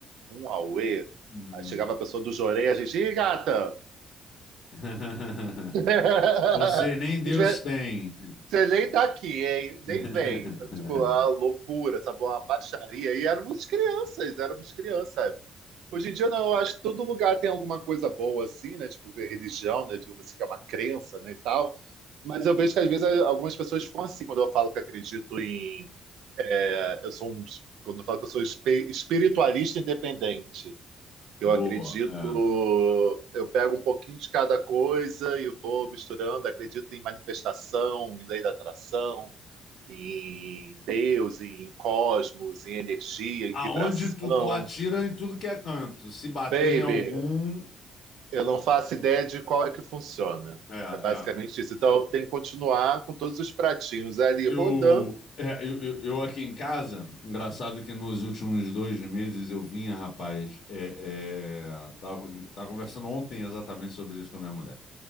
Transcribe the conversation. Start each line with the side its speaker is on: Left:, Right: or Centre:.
Right: Um auê.
Left: hum.
Right: Aí chegava a pessoa do Jorei, a gente, ih, gata!
Left: <laughs>
Right: <laughs>
Left: Você nem Deus tem.
Right: Você nem tá aqui, hein? Nem
Left: <laughs>
Right: vem. Sabe? Tipo, a loucura, sabe? Uma baixaria. E éramos crianças, éramos crianças, sabe? Hoje em dia, não, eu acho que todo lugar tem alguma coisa boa, assim, né? Tipo, religião, né? Digamos assim, que é uma crença, né? E tal. Mas eu vejo que às vezes algumas pessoas ficam assim quando eu falo que acredito em. eh, Eu sou um. Quando eu falo que eu sou espe- espiritualista independente.
Left: Boa,
Right: Eu acredito,
Left: é.
Right: eu pego um pouquinho de cada coisa e vou misturando. Acredito em manifestação, em lei da atração, em Deus, em cosmos, em energia, em
Left: Aonde
Right: vibração.
Left: tu, tu atira em tudo que é canto, se bater
Right: Baby,
Left: em algum,
Right: eu não faço ideia de qual é que funciona.
Left: é, é.
Right: É basicamente isso. Então eu tenho que continuar com todos os pratinhos ali
Left: Eu,
Right: rodando.
Left: é, eu, eu, eu aqui em casa, engraçado que nos últimos dois meses eu vinha, rapaz, é, é, tava, tava conversando ontem exatamente sobre isso com a minha mulher,